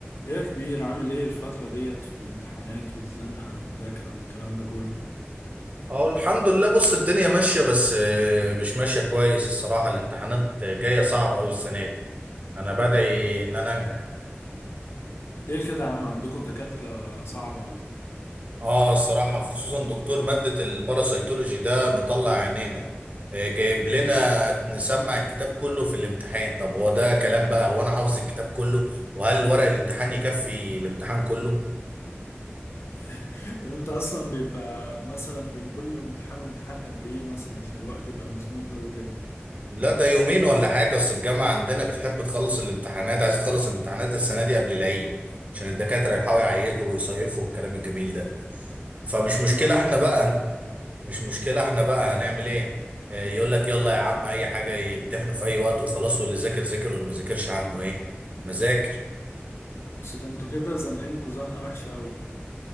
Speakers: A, on the left; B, on the right.
A: يا كبير عامل ايه الفترة ديت في الامتحانات والزنقة والمذاكرة والكلام ده كله
B: اهو الحمد لله بص الدنيا ماشية بس آه، مش ماشية كويس الصراحة الامتحانات جاية صعبة أوي السنة دي أنا بدعي إن أنا أنجح
A: ليه كده يا عم عندكم دكاترة صعبة ولا ايه
B: آه الصراحة خصوصا دكتور مادة الباراسيتولوجي ده مطلع عينينا آه، جايب لنا نسمع الكتاب كله في الامتحان طب هو ده كلام بقى هو أنا حافظ الكتاب كله وهل ورق الامتحان يكفي الامتحان كله
A: <laughs> طب انت اصلا بيبقى مثلا بين كل امتحان وامتحان قد ايه مثلا عشان الوقت يبقى مزنوق قوي كده
B: لا ده يومين ولا حاجة أصل الجامعة عندنا بتحب تخلص الامتحانات عايز تخلص الامتحانات السنة دي قبل العيد عشان الدكاترة يلحقوا يعيدوا ويصيفوا والكلام الجميل ده فمش
A: اه
B: مشكلة احنا بقى مش مشكلة احنا بقى هنعمل ايه آه، يقول لك يلا يا عم أي حاجة يمتحنوا في أي وقت وخلاص واللي ذاكر ذاكر واللي ما ذاكرش عنه ايه مذاكر
A: بس ده انتوا كده زنقينكوا زنقة وحشة قوي